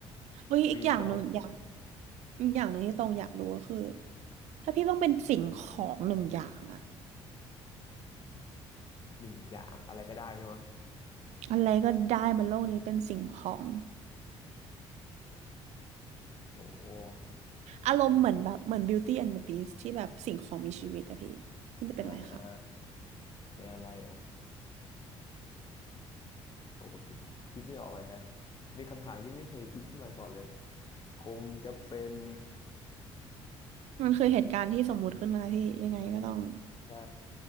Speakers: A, on the right; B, on the left.
A: เฮ้ยอีกอย่างหนึ่งอย่าง
B: ฟรีดอม
A: อีกอย่างหนึ่งที่ตองอยากรู้ก็คือถ้าพี่ต้องเป็นสิ่งของหนึ่งอย่างอะ
B: หนึ่งอย่างอะไรก็ได้ใช่ไหม
A: อะไรก็ได้บนโลกนี้เป็นสิ่งของ
B: โห
A: อารมณ์เหมือนแบบเหมือน Beauty and the Beast ที่แบบสิ่งของมีชีวิตอะพี่พี่จะเป็นอะไรคะ
B: อ่าอ่าเป็นอะไรอ่ะโหคิดคิดไม่ออกเลยแฮะมีคำถามที่ไม่เคยคิดขึ้นมาก่อนเลยคงจะเป็น
A: มันคือเหตุการณ์ที่สมมุติขึ้นมาพี่ยังไงก็ต้อง
B: อืมใช่